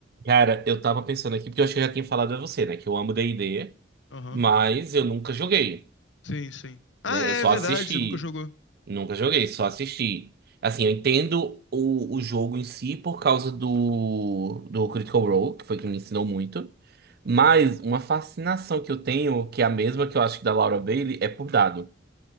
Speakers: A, on the right; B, on the left.
A: Cara, eu tava pensando aqui, porque eu acho que eu já tinha falado a você, né? Que eu amo D&D,
B: Aham.
A: mas eu nunca joguei,
B: Sim, sim. Ah,
A: né?
B: é
A: Eu só
B: é verdade,
A: assisti.
B: você nunca jogou.
A: Nunca joguei, só assisti. Assim, eu entendo o, o jogo em si por causa do, do Critical Role, que foi que me ensinou muito. Mas uma fascinação que eu tenho, que é a mesma que eu acho que da Laura Bailey, é por dado.